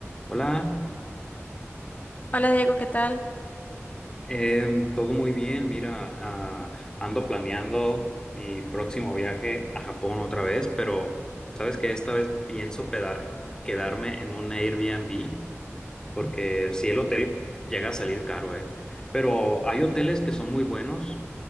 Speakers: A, on the left (about 15°); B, on the left (about 30°).
A: Hola,
B: Hola Diego, ¿qué tal?
A: em, todo muy bien. Mira, ah, ando planeando mi próximo viaje a Japón otra vez, pero sabes que esta vez pienso peda- quedarme en un Airbnb porque si el hotel llega a salir caro, ¿eh? Pero hay hoteles que son muy buenos,